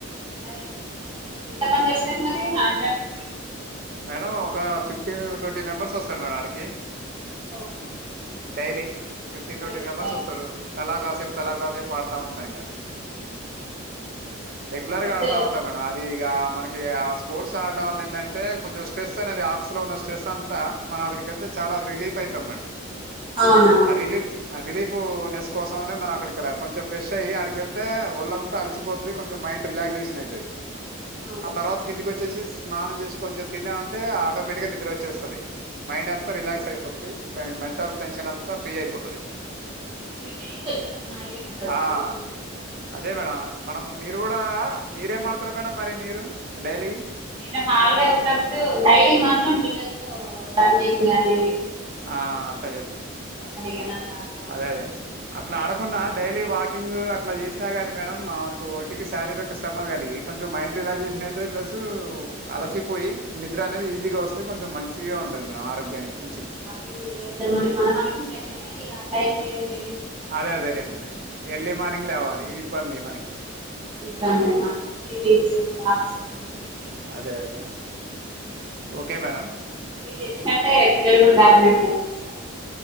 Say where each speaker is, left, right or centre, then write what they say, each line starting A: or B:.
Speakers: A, on the right; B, on the right.
A: మరి ఎంత మంది వచ్చినాట్లు మరి ఆడడానికి మీ ఫ్రెండ్స్.
B: మేడం ఒక ఫిఫ్టీన్ ట్వంటీ మెంబర్స్ వొస్తరు మేడం ఆడికి.
A: Okay.
B: Daily fifteen twenty
A: daily
B: members
A: daily
B: వొస్తరు తలా కాసేపు. తలాకాసేపు ఆడతా ఉంటా ఇగా. రేగులర్గా
A: హెల్త్
B: ఆడుతా ఉంటా మేడం అది ఇగ మనక్. ఇగా స్పోర్ట్స్ ఆడ్డం వల్ల ఏందంటే కొంచెం స్ట్రెస్ అనేది ఆఫీస్ లో ఉన్న. స్ట్రెస్ అంతా మనం అక్కడికెళ్తే చాలా రిలీఫ్ ఐతం మేడం
A: అవునవును
B: ఆ రిలీఫ్ ఆ రిలీఫ్. ఫ్ నెస్ కోసమనే మనం అక్కడికెళ్లాలి కొంచెం ఫ్రెష్ అయి ఆడికెళ్తే ఒళ్ళంతా అలిసిపోతది కొెంచెం మైండ్ రిలాక్స్. <unintelligible> అయితది.
A: అవునా
B: ఆ తర్వాతకి ఇంటికొచ్చేసి స్నానం జేసి కొంచెం తినామంటే ఆటోమేటిక్ గా నిద్ర ఒచ్. చేస్తది మైండ్ అంతా రిలాక్స్ అయిపోతది ఫైన్ మెంటల్ టెన్షన్ అంతా ఫ్రీ అయిపోతది.
A: ఫ్రీ అయి కొంచెం హాయిగా నిద్ర
B: ఆహ్
A: నిద్ర వచ్చేస్తది
B: అదే మేడం. మనం మీరు గూడా మీరేం వాడ్తర్ మేడం మరి మీరు డైలీ
A: నేను హాలిడే ఉన్నప్పుడు డైలీ మాత్రం పిల్లల్తో రన్నింగ్ గాని
B: ఆ అట్లా జేస్తరా సరే
A: గానీ అట్లా ఆడుతా ఉంటా
B: అదదే అట్లా ఆడకున్నా డైలీ వాకింగూ అట్లా జేస్నా గాని మేడం మాకు ఒంటికి శారీరక శ్రమ కలిగి కొంచెం మైండ్ రిలాక్సేషన్ అయితది ప్లస్ అలసిపోయి నిద్ర అనేది ఈజీగా వస్తాది కొంచెం మంచిగా ఉం. టది మేడం ఆరోగ్యానికి మంచిది.
A: ఇగ మనం అనుకుంటాం కానీ ఇగా ఆ టైం కి లేవలేం.
B: అదే అదే లె ఇంగ ఎర్లీ మార్నింగ్ లేవ్వాలి ఇబ్బంది మనకి.
A: ఇబ్బంది నా <unintelligible>
B: అదే అదే ఓకే మేడం
A: మీరు చెప్పినట్టే పిల్లలు కూడ బ్యాడ్మింట్ నేర్పిస్తాను